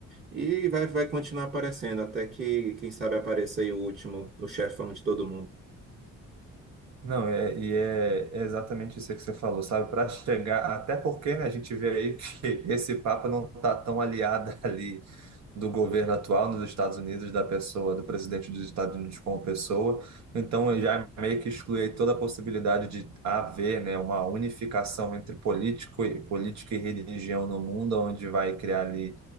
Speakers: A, on the right; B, on the right.
A: e vai, vai continuar aparecendo até que, quem sabe, apareça aí o último, o chefão de todo mundo.
B: Não, é, e é, é exatamente isso que você falou, sabe? Para chegar, até porque, né, a gente vê aí que <laughs> esse Papa não está tão aliado <laughs> ali do governo atual nos Estados Unidos, da pessoa, do presidente dos Estados Unidos como pessoa. Então, eu já meio que excluí toda a possibilidade de haver, né, uma unificação entre político e, política e religião no mundo, onde vai criar ali,